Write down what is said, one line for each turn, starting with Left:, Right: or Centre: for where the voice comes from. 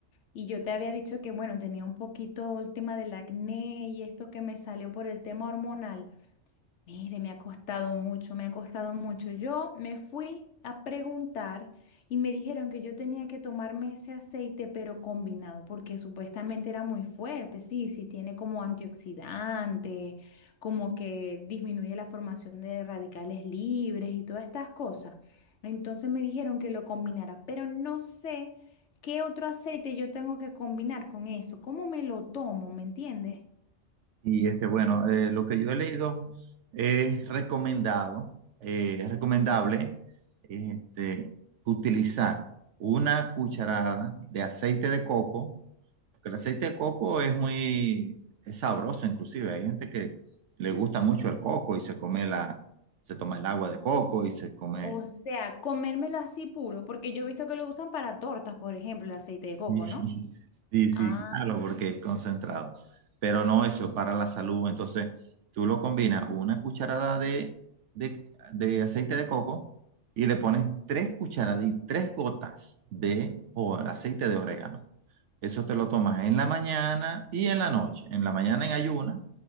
Left: y yo te había dicho que, bueno, tenía un poquito el tema del acné y esto que me salió por el tema hormonal. Mire, me ha costado mucho, me ha costado mucho. Yo me fui a preguntar y me dijeron que yo tenía que tomarme ese aceite, pero combinado, porque supuestamente era muy fuerte. Sí, sí, tiene como antioxidante, como que disminuye la formación de radicales libres y todas estas cosas. Entonces me dijeron que lo combinara, pero no sé qué otro aceite yo tengo que combinar con eso. ¿Cómo me lo tomo? ¿Me entiendes?
Right: Y este, bueno, eh, lo que yo he leído es recomendado, eh, es recomendable este, utilizar una cucharada de aceite de coco Porque el aceite de coco es muy, es sabroso inclusive. Hay gente que le gusta mucho el coco y se come la, se toma el agua de coco y se come.
Left: O sea, comérmelo así puro, porque yo he visto que lo usan para tortas, por ejemplo, el aceite
Right: <laughs> Sí,
Left: de coco, ¿no?
Right: sí, sí,
Left: Ah,
Right: claro, porque es concentrado. Pero no eso, para la salud. Entonces, tú lo combinas una cucharada de, de, de aceite de coco y le pones tres cucharadas y tres gotas de o- aceite de orégano. Eso te lo tomas en la mañana y en la noche. En la mañana en ayuna